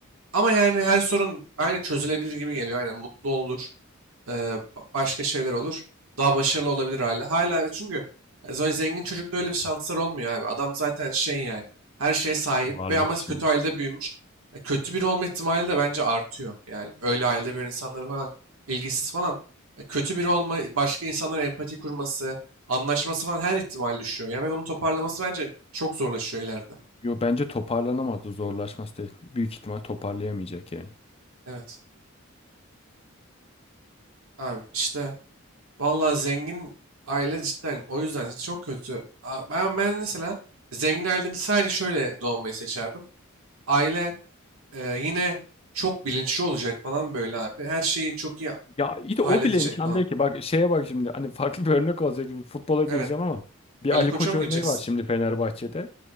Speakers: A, on the right; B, on the left.
A: Ama yani her sorun aynı çözülebilir gibi geliyor. Aynen mutlu olur ee, başka şeyler olur. Daha başarılı olabilir hala. Hala çünkü z- zengin çocukta öyle bir şanslar olmuyor abi. Adam zaten şey yani. Her şeye sahip
B: Varlık
A: ve ama
B: için.
A: kötü ailede büyümüş. E, Kötü biri olma ihtimali de bence artıyor. Yani öyle ailede böyle insanların falan ilgisiz falan. e, Kötü biri olma, başka insanlara empati kurması, anlaşması falan her ihtimal düşüyor. Yani ben onu toparlaması bence çok zorlaşıyor ileride.
B: Yo bence toparlanamazdı zorlaşması değil. Büyük ihtimal toparlayamayacak yani.
A: Evet. Abi işte Vallahi zengin aile cidden o yüzden çok kötü. A- Ben, ben mesela zengin ailenin sadece şöyle doğmayı seçerdim. Aile e, yine çok bilinçli olacak falan böyle abi. Her şeyi çok iyi
B: Ya iyi de
A: halledecek
B: o bile imkan
A: falan.
B: değil ki. Bak şeye bak şimdi hani farklı bir örnek olacak. Şimdi futbola gireceğim
A: Evet.
B: ama bir
A: Ali
B: Ali
A: Koç'a
B: Koç
A: mı
B: örneği
A: gireceksin?
B: var şimdi Fenerbahçe'de.